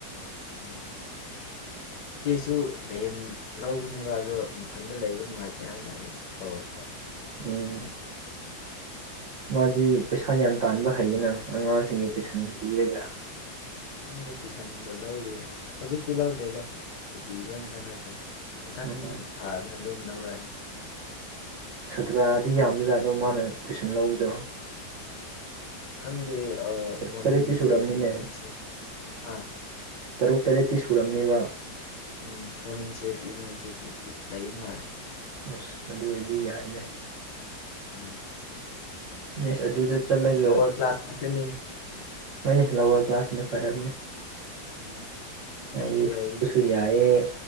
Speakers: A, on the left (about 70°); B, on the right (about 70°).
A: ꯎꯝ ꯏꯆꯦꯁꯨ ꯔꯦꯟ ꯂꯧꯕꯅꯦꯕ ꯑꯗꯣ ꯃꯊꯟꯇ ꯂꯩꯕ ꯅꯨꯡꯉꯥꯏꯇꯦ ꯍꯥꯏꯅ ꯑꯩ ꯀꯧꯔꯛꯄ
B: ꯎꯝ ꯃꯥꯗꯤ ꯄꯩꯁꯥ ꯌꯥ꯭ꯌꯥꯟ ꯇꯥꯟꯕ ꯍꯩꯌꯦꯅ ꯑꯉꯥꯡꯁꯤꯡꯒꯤ ꯇꯨꯏꯁꯟ ꯄꯤꯔꯒ
A: ꯈꯪꯗꯦ ꯇꯨꯏꯁꯟꯒ ꯂꯧꯔꯤ ꯍꯧꯖꯤꯛꯇꯤ ꯂꯧꯗ꯭ꯔꯦꯗ ꯁꯨꯇꯤ ꯂꯣꯏ ꯊꯥꯅꯈ꯭ꯔꯦ ꯃꯊꯪ
B: ꯎꯝ
A: ꯊꯥꯅ ꯑꯗꯨꯝ ꯂꯧꯔꯛꯑꯅꯤ
B: ꯁꯥꯇ꯭ꯔꯗꯤ ꯌꯥꯝꯕꯖꯥꯠꯂꯣ ꯃꯥꯅ ꯇꯨꯏꯁꯟ ꯂꯧꯕꯗꯣ
A: ꯈꯪꯗꯦ ꯃꯣꯔꯅꯤꯡꯁꯦ
B: ꯇꯔꯦꯠꯇꯤ ꯁꯨꯔꯝꯅꯤꯅꯦ
A: ꯏꯚꯤꯅꯤꯡꯁꯦ ꯍꯥ
B: ꯇꯔꯨꯛ ꯇꯔꯦꯠꯇꯤ ꯁꯨꯔꯝꯅꯦꯕ
A: ꯎꯝ ꯃꯣꯔꯅꯤꯡ ꯁꯤꯐ ꯏꯚꯤꯅꯤꯡ ꯁꯤꯐ ꯂꯩꯕ ꯃꯥꯜꯂꯦ
B: ꯑꯁ ꯑꯗꯨ ꯑꯣꯏꯔꯗꯤ ꯌꯥꯏꯅꯦ
A: ꯎꯝ
B: ꯑꯁ ꯑꯗꯨꯗ ꯆꯠꯂꯒ
A: ꯂꯥꯋꯔ ꯀ꯭ꯂꯥꯁ ꯉꯥꯛꯇꯅꯤꯅꯦ
B: ꯍꯣꯏꯅꯦ ꯂꯋꯥꯔ ꯀ꯭ꯂꯥꯁꯁꯤꯅ ꯐꯔꯕꯅꯦ
A: ꯎꯝ
B: ꯍꯥꯏꯗꯤ
A: ꯍꯌꯦꯗꯤ
B: ꯐꯕꯁꯨ ꯌꯥꯏꯌꯦ